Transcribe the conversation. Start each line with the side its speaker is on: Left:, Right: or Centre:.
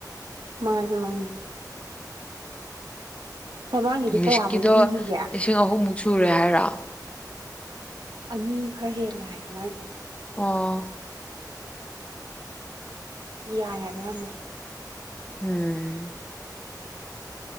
Right: ꯃꯥꯟꯅꯦ ꯃꯥꯟꯅꯦ ꯃꯃꯥꯡꯒꯤꯗꯤ
Left: ꯃꯤꯁꯀꯤꯗꯣ
Right: ꯀꯌꯥꯃꯨꯛ ꯄꯤꯈꯤꯒꯦ
Left: ꯂꯤꯁꯤꯡ ꯑꯍꯨꯝꯃꯨꯛ ꯁꯨꯔꯦ ꯍꯥꯏꯔꯣ
Right: ꯑꯅꯤ ꯈꯔ ꯍꯦꯟꯂꯦ ꯍꯥꯏ ꯃꯥꯖꯦ
Left: ꯑꯣ
Right: ꯌꯥꯏ ꯍꯥꯏꯕ ꯌꯥꯝꯅ
Left: ꯎꯝ